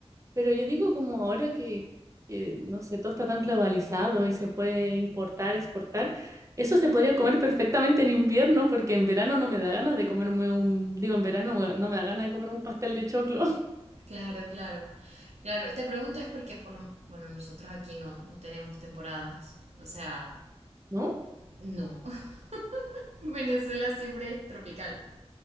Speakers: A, on the right; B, on the right.
A: Pero yo digo como ahora que, que, no sé, todo está tan globalizado y se puede importar, exportar, eso se podría comer perfectamente en invierno porque en verano no me da ganas de comerme un, digo, en verano no me da no me da ganas de comerme un pastel de choclo, <laughs>
B: Claro, claro. Claro, te pregunto es porque por lo- bueno, nosotros aquí no no tenemos temporadas. O sea,
A: ¿no?
B: no. <laughs> Venezuela siempre es tropical.